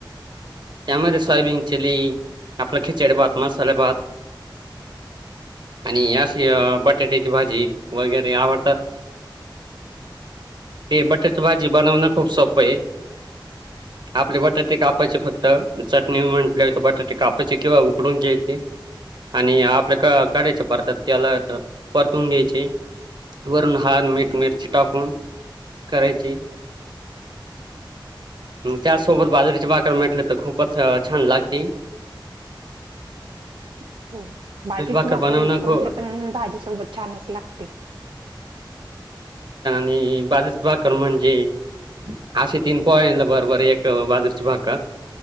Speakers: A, on the right (about 65°); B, on the right (about 85°).
A: <unintelligible> आपलं खिचडी भात, मसाले भात आणि अशी बटाट्याची भाजी वगैरे आवडतात. हे बटाटची भाजी बनवणं खूप सोपं आहे. आपले बटाटे कापायचे फक्त, चटणी म्हटल्या बटाटे कापायची किंवा उकडून घ्यायची, आणि आपल्या <unintelligible> <unintelligible> तेलात परतून घ्यायची वरून छान मीठ
B: हो
A: मिरची टाकूनं. करायची. त्या सोबत
B: हो
A: बाजरीचे भाकर मिठ <unintelligible> तर खूपचं छान लागते.
B: हम्म बाजरीची
A: भाकर
B: भाकरी
A: बनवणं
B: परत
A: खू
B: आपण भाजी सोबत छानच लागते
A: हम्म बाजरीची भाकर म्हणजे असे तीन पोळ्यांन बरबर एक बाजार भाकर